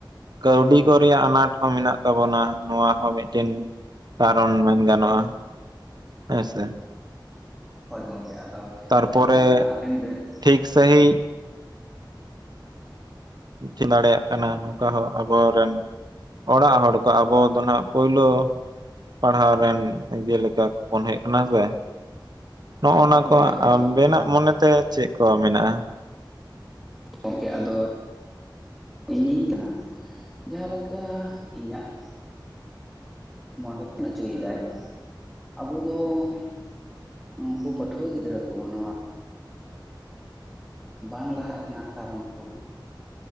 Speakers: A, on the right (about 55°); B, in the centre.
A: ᱠᱟᱹᱣᱰᱤ ᱠᱚ ᱨᱮᱭᱟᱜ ᱟᱱᱟᱴ ᱦᱚᱸ ᱢᱮᱱᱟᱜ ᱛᱟᱵᱚᱱᱟ ᱱᱚᱣᱟ ᱦᱚᱸ ᱢᱤᱫᱴᱮᱱ ᱠᱟᱨᱚᱱ ᱢᱮᱱ ᱜᱟᱱᱚᱜᱼᱟ ᱦᱮᱸ ᱥᱮ᱾
B: ᱦᱳᱭ ᱜᱚᱢᱠᱮ ᱟᱫᱚ
A: ᱛᱟᱨᱯᱚᱨᱮ
B: ᱡᱟᱦᱟᱸ ᱞᱮᱠᱟ ᱱᱟᱦᱟᱜ ᱟᱵᱮᱱ ᱵᱮᱱ
A: ᱴᱷᱤᱠ ᱥᱟᱦᱤᱡ ᱪᱤᱱ ᱫᱟᱲᱮᱭᱟᱜ ᱠᱟᱱᱟ ᱱᱚᱝᱠᱟ ᱦᱚᱸ ᱟᱵᱚᱨᱮᱱ ᱚᱲᱟᱜ ᱦᱚᱲ ᱠᱚ ᱟᱵᱚ ᱫᱚ ᱱᱟᱜ ᱯᱳᱭᱞᱳ ᱯᱟᱲᱦᱟᱣ ᱨᱮᱱ ᱡᱮᱞᱮᱠᱟ ᱵᱚᱱ ᱦᱮᱡ ᱟᱠᱟᱱᱟ ᱥᱮ ᱱᱚᱜ-ᱚ ᱱᱟ
B: ᱦᱳᱭ
A: ᱠᱚ
B: ᱟᱫᱚ
A: ᱟᱵᱮᱱᱟᱜ ᱢᱚᱱᱮᱛᱮ ᱪᱮᱫ ᱠᱚ ᱢᱮᱱᱟᱜᱼᱟ
B: ᱜᱚᱢᱠᱮ ᱟᱫᱚ ᱤᱧᱤᱧ ᱡᱟᱦᱟᱸ ᱞᱮᱠᱟ ᱤᱧᱟᱹᱜ <unintelligible> ᱱᱩᱠᱩ ᱯᱟᱹᱴᱷᱩᱣᱟᱹ ᱜᱤᱫᱽᱨᱟᱹ ᱠᱚ ᱱᱚᱣᱟ ᱵᱟᱝ ᱞᱟᱦᱟᱜ ᱨᱮᱱᱟᱜ ᱠᱟᱨᱚᱱ ᱠᱚ᱾